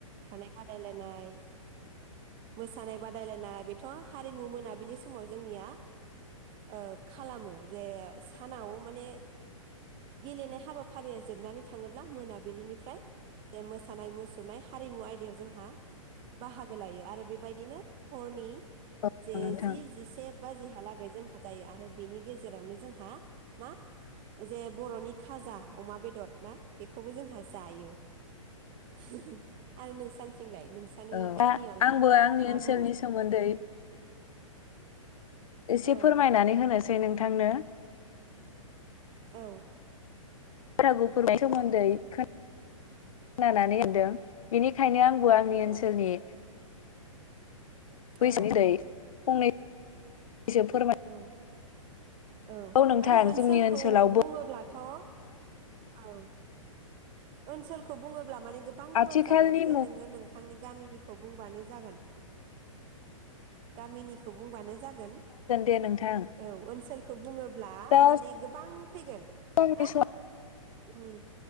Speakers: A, on the right; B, on the left.
A: खार बादायलायनाय मोसानाय बादायलायनाया बेथ' हारिमु मोनाबिलि समाव जोंनिया ओ खालामो जे सानाव माने गेलेनाय हाबाफारिया जोबनानै थाङोब्ला मोनाबिलिनिफ्राय जे मोसानाय मुसुरनाय हारिमु आयदायाव जोंहा बाहागो लायो आरो बेबायदिनो हरनि
B: औ
A: जे
B: नोंथां
A: जि जिसे बाजि हा लागै जोंहा जायो आरो बिना गेजेरावनो जोंहा मा जे बर'नि‌ खाजा अमा बेदर ना बेखौबो जोंहा जायो <unintelligible> आरो नोंसानि थिंलाय नोंसानि
B: औ
A: गामियाव
B: दा आंबो आंनि
A: माबोरै
B: ओनसोलनि सोमोन्दै एसे
A: औ
B: फोरमायनानै होनो सै नोंथांनो
A: औ।
B: <unintelligible> फोरमायनायनि सोमोन्दै खोना नानै मोनदों बिनि बेखायनो आंबो आंनि
A: औ
B: ओनसोलनि बैसोनि
A: ओ
B: दायो फंनै इसे फोरमाय
A: औ औ
B: नोंथां
A: माने ओनसोलखौ
B: जोंनि ओनसोलावबो
A: बुङोब्लाथ' औ ओनसोलखौ बुङोब्ला माने गोबां गुवार
B: आथिखालनि
A: जागोन जे
B: मुग
A: नोङो नोंथांनि गामिनि खौ बुंबानो जागोन गामिनि खौ बुंबानो जागोन
B: दे नोंथां
A: औ ओनसोलखौ बुङोब्ला
B: दा
A: माने गोबां फैगोन
B: सिगांनि
A: ना?
B: सम
A: उम